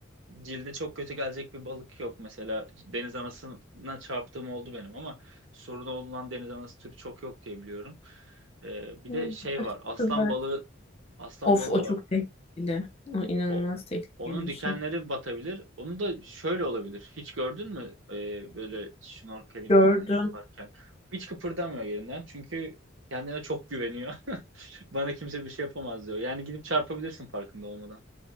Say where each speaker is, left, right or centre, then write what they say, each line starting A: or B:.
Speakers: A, on the right; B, on the left.
A: cilde çok kötü gelecek bir balık yok mesela. Deniz anasına çarptığım oldu benim ama sorunu olan deniz anası türü çok yok diye biliyorum. Ee, bir
B: Evet,
A: de şey var. Aslan
B: Kızlar.
A: balığı aslan
B: Of
A: balığı
B: o
A: var.
B: çok tehlikeli. O inanılmaz
A: O
B: tehlikeli
A: onun
B: bir
A: dikenleri
B: şey.
A: batabilir. Onu da şöyle olabilir. Hiç gördün mü Ee, böyle snorkeling
B: Gördüm.
A: falan yaparken hiç kıpırdamıyor yerinden çünkü kendine çok güveniyor. <laughs> Bana kimse bir şey yapamaz diyor. Yani gidip çarpabilirsin farkında olmadan.